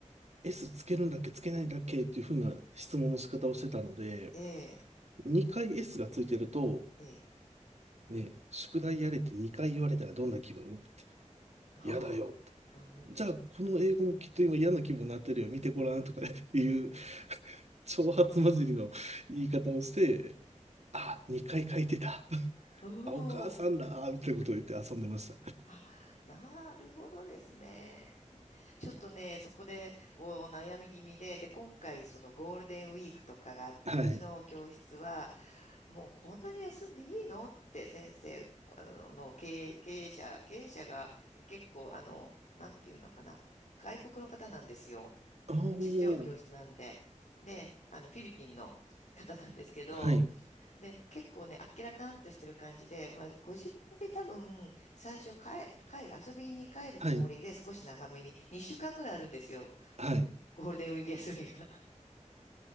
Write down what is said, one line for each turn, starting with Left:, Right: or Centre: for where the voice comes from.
Right: S つけるんだっけつけないんだっけっていうふうな質問の仕方をしてたので、
Left: ええ、
Right: 2回 S がついてると、
Left: ええ。
Right: ね、宿題やれって2回言われたらどんな気分
Left: はあ。
Right: 嫌だよ。
Left: うん。
Right: じゃあ、この英語もきっと今嫌な気分になってるよ。見てごらんとかねっていう挑発混じりの言い方をして、あ、2回書いてた。
Left: うん。
Right: あ、お母さんだ。
Left: おー
Right: みたいなことを言って遊んでまし
Left: あ、なるほどですね。ちょっとね、そこで、こう、悩み気味で、で、今回、そのゴールデンウィークとかがあって、
Right: た。はい。
Left: うちの教室は、もうこんなに休んでいいのって先生、あの、の経営、経営者、経営者が結構、あの、なんていうのかな、外国の方なんですよ。
Right: お
Left: ちっちゃいお教室なんで。
Right: ー、
Left: で、あの、フィリピンの方なんですけど、
Right: はい、
Left: で、結構ね、あっけらかんとしてる感じで、まあ、ご自分で多分、最初帰、帰る、遊びに帰るつもりで少し長めに、
Right: はい、
Left: 2週間ぐらいあるんですよ。
Right: はい、
Left: ゴールデンウィーク休みが。<laughs>